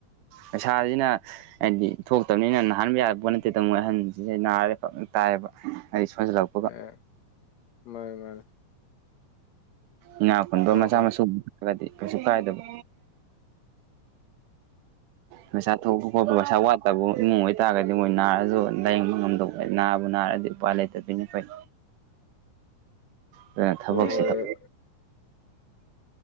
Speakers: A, on the right (about 85°); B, on the left (about 65°).
A: ꯄꯩꯁꯥꯖꯤꯅ ꯍꯥꯏꯗꯤ ꯊꯣꯛꯇꯕꯅꯤꯅ ꯅꯥꯍꯟ ꯌꯥꯔꯛꯄ ꯅꯠꯇꯦꯗ ꯃꯣꯏ ꯑꯍꯟꯁꯤꯗꯦ ꯅꯥꯔꯦ ꯐꯛꯅ ꯇꯥꯏꯑꯕ ꯍꯥꯏꯗꯤ ꯁꯣꯟꯖꯜꯂꯛꯄ
B: ꯑꯦ ꯃꯥꯅꯦ ꯃꯥꯅꯦ
A: ꯏꯅꯥꯄꯨꯟꯗꯣ
B: ꯍꯣꯏ
A: ꯃꯆꯥ
B: ꯍꯣꯏ
A: ꯃꯁꯨꯒꯗꯤ ꯀꯩꯁꯨ ꯀꯥꯏꯗꯕ ꯄꯩꯁꯥ ꯊꯣꯛꯄ ꯈꯣꯠꯄ ꯄꯩꯁꯥ ꯋꯥꯠꯇꯕ ꯏꯃꯨꯡ ꯑꯣꯏꯇꯥꯔꯒꯗꯤ ꯃꯣꯏ ꯅꯥꯔꯁꯨ ꯂꯥꯏꯌꯦꯡꯕ ꯉꯝꯗꯧꯕ ꯅꯥꯕꯨ ꯅꯥꯔꯗꯤ ꯎꯄꯥꯏ ꯂꯩꯇꯕꯣꯏꯅ ꯑꯩꯈꯣꯏ ꯑꯗꯨꯅ ꯊꯕꯛꯁꯤꯗ
B: ꯍꯣꯏ ꯍꯣꯏ